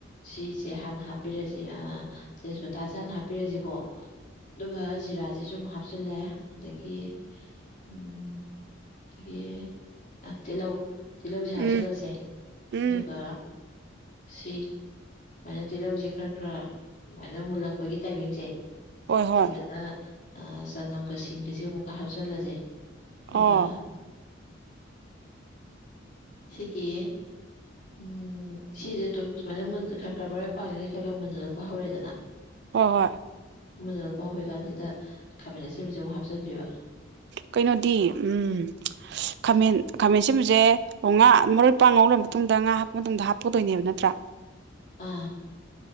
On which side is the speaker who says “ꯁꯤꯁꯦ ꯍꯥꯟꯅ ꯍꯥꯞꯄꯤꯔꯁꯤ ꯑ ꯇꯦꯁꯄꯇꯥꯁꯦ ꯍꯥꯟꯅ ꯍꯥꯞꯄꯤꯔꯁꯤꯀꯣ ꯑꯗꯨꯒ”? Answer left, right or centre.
Left